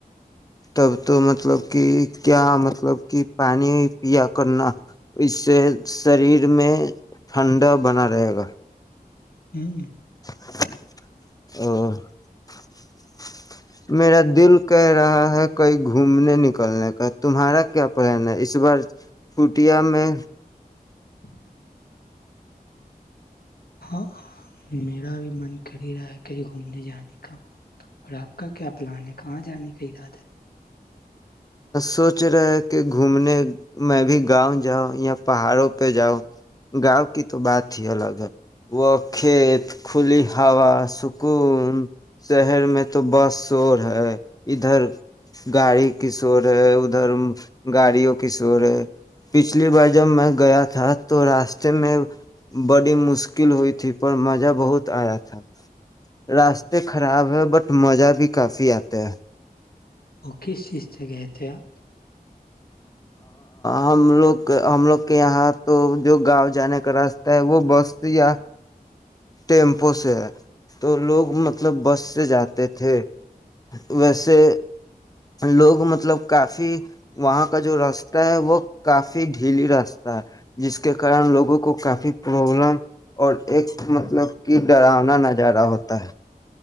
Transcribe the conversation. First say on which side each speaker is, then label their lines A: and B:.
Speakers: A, on the left; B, on the left.
A: تب تو مطلب کہ کیا مطلب کہ پانی پیا کرنا اس سے شریر میں ٹھنڈا بنا رہے گا
B: ہوں
A: ا <inaudible> میرا دل کہہ رہا ہے کہیں گھومنے نکلنے کا تمہارا کیا پلان ہے اس بار چوٹیا میں
B: ج <inaudible> ہاں میرا بھی من کر ہی رہا ہے کہیں گھومنے جانے کا اور آپ کا کیا پلان ہے کہاں جانے کا ارادہ ہے
A: سوچ رہے ہے کہ گھومنے میں بھی گاؤں جاؤ یا پہاڑوں پہ جاؤ گاؤں کی تو بات ہی الگ ہے وہ کھیت کھلی ہوا سکون شہر میں تو بس شور ہے ادھر گاڑی کی شور ہے ادھر گاڑیوں کی شور ہے پچھلی بار جب میں گیا تھا تو راستے میں بڑی مشکل ہوئی تھی پر مزہ بہت آیا تھا راستے خراب ہے بٹ مزہ بھی کافی آتا ہے
B: وہ کس چیز سے گئے تھے آپ
A: ہم لوگ ہم لوگ کے یہاں تو جو گاؤں جانے کا راستہ ہے وہ بس یا ٹیمپو سے ہے تو لوگ مطلب بس سے جاتے تھے ویسے لوگ مطلب کافی وہاں کا جو راستہ ہے وہ کافی ڈھیلی راستہ ہے جس کے کارن لوگوں کو کافی پرابلم اور ایک مطلب کہ ڈراننا ن جارا ہوتا ہے